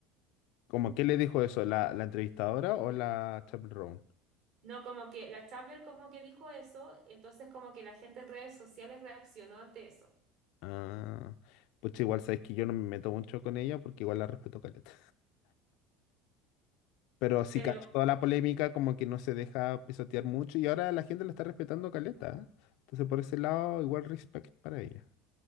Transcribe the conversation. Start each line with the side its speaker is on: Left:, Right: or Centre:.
Left: ¿Cómo qué le dijo eso? ¿La, la entrevistadora o la Chappell
Right: No, como que la Chapel como que dijo eso, entonces como que la gente en redes sociales reaccionó ante eso.
Left: Ah, pues igual sabes que yo no me meto mucho con ella porque igual la respeto caleta. Pero sí,
Right: Pero
Left: cacho, toda la polémica como que no se deja pisotear mucho y ahora la gente la está respetando caleta. ¿eh? Entonces por ese lado igual respect para ella.